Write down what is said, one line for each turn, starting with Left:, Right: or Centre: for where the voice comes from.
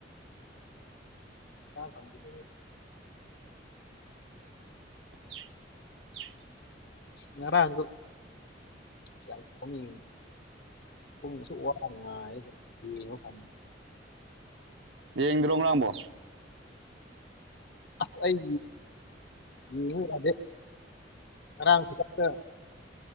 Left: <unintelligible>
Right: <inaudible>
Left: ꯉꯔꯥꯡꯗꯨ <unintelligible>
Right: ꯌꯦꯡꯗ꯭ꯔꯣ ꯉꯔꯥꯡ ꯕꯣ꯫
Left: ꯑꯁ ꯑꯩ ꯌꯦꯡ ꯌꯥꯗꯦ ꯉꯔꯥꯡ ꯈꯨꯗꯛꯇ ꯫